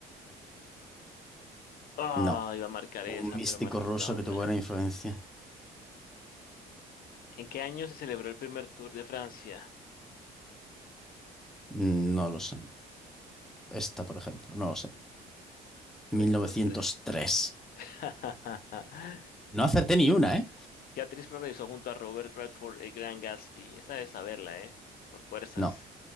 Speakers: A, on the left; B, in the centre.
A: Ah,
B: No,
A: iba a marcar esa,
B: un místico
A: pero marqué
B: ruso
A: por la otra.
B: que tuvo gran influencia.
A: ¿En qué año se celebró el primer Tour de Francia?
B: No lo sé. Esta, por ejemplo, no lo sé.
A: 903.
B: 1903.
A: <laughs>
B: No acerté ni una, ¿eh?
A: ¿Qué actriz protagonizó <laughs> junto a Robert Redford el Gran Gatsby? Esa debe saberla, ¿eh? Por fuerzas.
B: No,